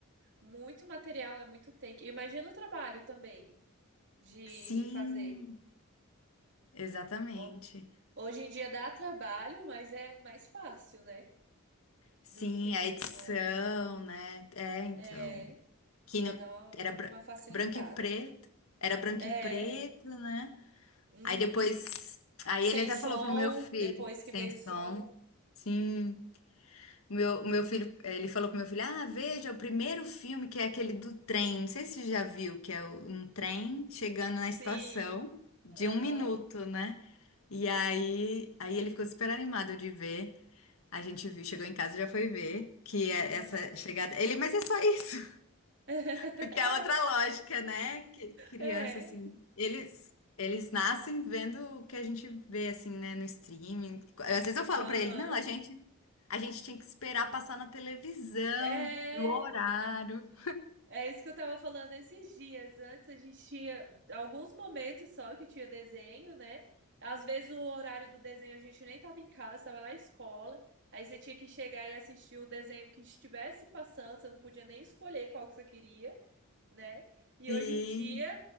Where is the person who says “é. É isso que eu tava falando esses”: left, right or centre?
Right